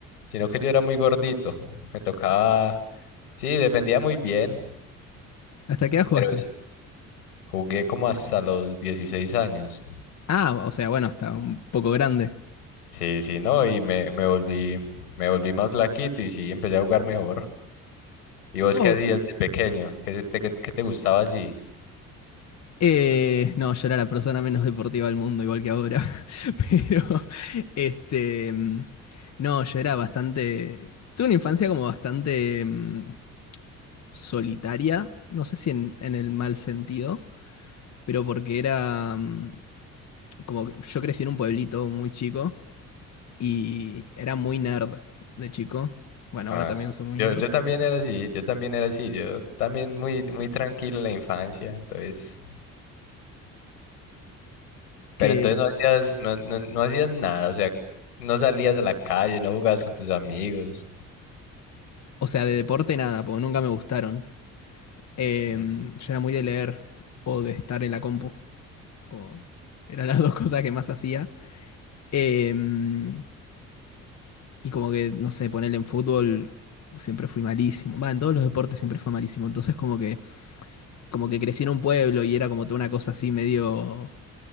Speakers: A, on the left; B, on the left.
A: sino que yo era muy gordito. Me tocaba, sí, defendía muy bien.
B: ¿Hasta qué edad jugaste?
A: Pero sí, jugué como hasta los 16 años.
B: Ah, o sea, bueno, hasta un poco grande.
A: Sí, sí, no, y me, me volví, me volví más flaquito y sí, empecé a jugar mejor. ¿Y vos
B: Oh,
A: qué hacías
B: y-
A: de pequeño? ¿Qué te, qué qué te gustaba así?
B: eh, no, yo era la persona menos deportiva del mundo, igual que ahora. <laughs> Pero, este, mm, no, yo era bastante, tuve una infancia como bastante mm, solitaria, no sé si en, en el mal sentido, pero porque era, mm, como que yo crecí en un pueblito muy chico y era muy nerd de chico. Bueno,
A: Ah,
B: ahora también soy muy
A: yo,
B: nerd.
A: yo también era así, yo también era así, yo también muy, muy tranquilo en la infancia, entonces,
B: Que,
A: pero entonces no hacías, no, no, no hacías nada, o sea, no salías a la calle, no jugabas con tus amigos.
B: o sea, de deporte nada, porque nunca me gustaron. Em,
A: Ujú,
B: yo era muy de leer o de estar en la compu. Como eran las dos <laughs> cosas que más hacía. Em, y como que, no sé, ponerle en fútbol siempre fui malísimo. Va, en todos los deportes siempre fue malísimo. Entonces como que, como que crecí en un pueblo y era como toda una cosa así medio